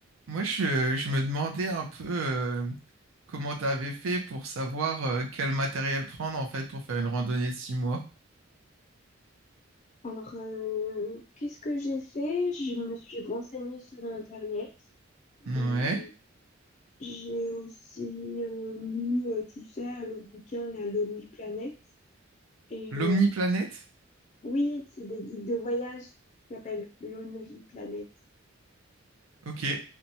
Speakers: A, on the right; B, on the left.
A: Moi, je, je me demandais un peu euh, comment tu avais fait pour savoir euh, quel matériel prendre en fait pour faire une randonnée de six mois.
B: Alors, euh, qu'est-ce que j'ai fait? Je me suis renseignée sur Internet.
A: Ouais.
B: Hum, j'ai aussi euh, lu, euh, tu sais, le bouquin La Lonely Planet. Et
A: L'omniplanète?
B: euh, oui, c'est des guides de voyage qui s'appellent Lonely Planet.
A: Ok.